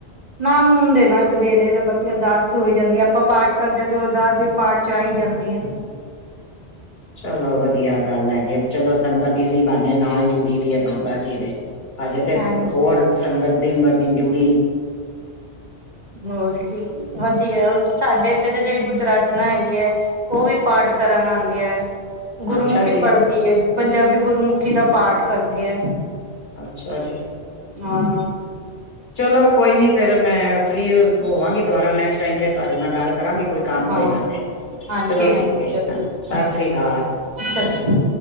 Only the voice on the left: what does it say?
<inaudible>
ਚਲੋ ਵਧੀਆ ਗੱਲ ਹੈਗੀ, ਚਲੋ ਸੰਗਤ ਈਸੀ ਬਾਨੇ ਨਾਲ ਜੁੜੀ ਦੀ ਏ ਬਾਬਾ ਜੀ ਦੇ। ਹਜੇ ਤੇ
ਹੋਰ ਸੰਗਤ ਦਿਨ ਬਰ ਦਿਨ ਜੂ
ਅੱਛਾ ਜੀ,
ਅੱਛਾ ਜੀ।
ਚਲੋ ਕੋਈ ਨੀ, ਫੇਰ ਮੈਂ ਫਰੀ ਹੋਵਾਂਗੀ, ਦੁਬਾਰਾ ਨੈਕਸਟ ਟਾਈਮ ਫਿਰ ਤੁਹਾਡੇ ਨਾਲ ਗੱਲ ਕਰਾਂਗੀ, ਕੋਈ ਕੰਮ
ਹੋਏਗਾ ਤੇ।
ਚਲੋ
ਠੀਕ ਏ,
ਸਾਸਰੀ
ਅਕਾਲ।